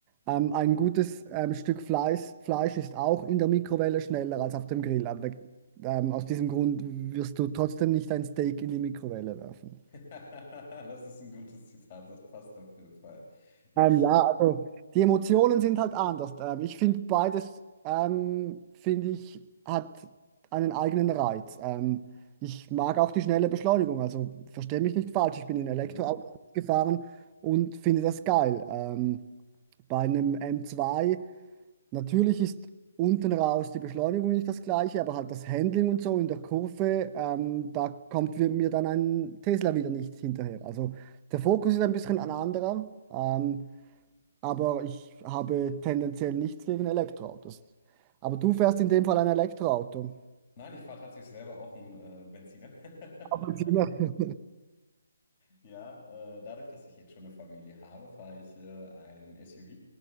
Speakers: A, on the right (about 20°); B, on the left (about 35°).
A: ähm, ein gutes ähm, Stück Fleisch, Fleisch ist auch in der Mikrowelle schneller als auf dem Grill. Aber ähm, aus diesem Grund wirst du trotzdem nicht ein Steak in die Mikrowelle werfen.
B: Das ist ein gutes Zitat, das passt auf jeden Fall. Ich,
A: Ähm, ja, also die Emotionen sind halt anders. Ähm, ich finde beides, ähm, finde ich, hat einen eigenen Reiz. Ähm, ich mag auch die schnelle Beschleunigung, also verstehe mich nicht falsch. Ich bin in
B: mhm.
A: Elektroauto gefahren und finde das geil. Ähm, bei einem m zwei natürlich ist unten raus die Beschleunigung nicht das gleiche, aber halt das Handling und so in der Kurve, ähm, da kommt wir- mir dann ein Tesla wieder nicht hinterher. Also der Fokus ist ein bisschen ein anderer. Ähm, aber ich habe tendenziell nichts gegen Elektroautos. Aber du fährst in dem Fall ein Elektroauto.
B: Nein, ich fahre tatsächlich selber auch einen äh, Benziner. <laughs>
A: Ab und zu mal. <laughs>
B: Ja, äh, dadurch, dass ich jetzt schon eine Familie habe, fahre ich äh, ein SUV.